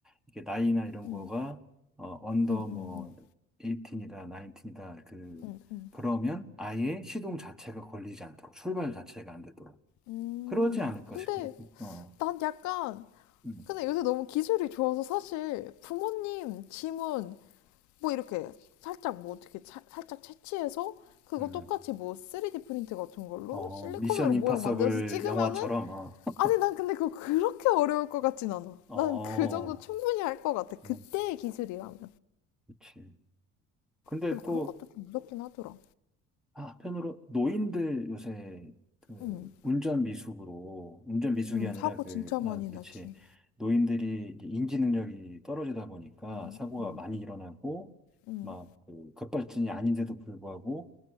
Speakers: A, in the centre; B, on the left.
A: 이게 나이나 이런
B: 음,
A: 거가, 어, 언더
B: 음,
A: 뭐,
B: 음,
A: 18이다, 19이다, 그,
B: 음, 음.
A: 그러면 아예 시동 자체가 걸리지 않도록, 출발 자체가 안 되도록.
B: 음,
A: 그러지 않을까
B: 근데
A: 싶어. 어,
B: 난 약간,
A: 음,
B: 근데 요새 너무 기술이 좋아서 사실 부모님 지문 뭐 이렇게 살짝 뭐 어떻게 차- 살짝 채취해서 그거
A: 음.
B: 똑같이 뭐 3D 프린트 같은 걸로
A: 어,
B: 실리콘으로
A: 미션 임파서블
B: 모양 만들어서 찍으면은
A: 영화처럼, 어, <laughs>
B: 아니 난 근데 그거 그렇게 어려울 것 같진 않아.
A: 어,
B: 난 그 정도 충분히 할 것 같아. 그때의
A: 음,
B: 기술이라면.
A: 그치. 근데
B: 그래서
A: 또
B: 그런 것도 좀 무섭긴 하더라.
A: 아, 한편으로 노인들 요새 그
B: 음,
A: 운전 미숙으로 운전 미숙이
B: 음,
A: 아니라
B: 사고
A: 그
B: 진짜 많이
A: 아, 그렇지
B: 나지.
A: 노인들이 이제 인지 능력이 떨어지다 보니까
B: 음,
A: 사고가
B: 음,
A: 많이 일어나고
B: 음.
A: 막 그 급발진이 아닌데도 불구하고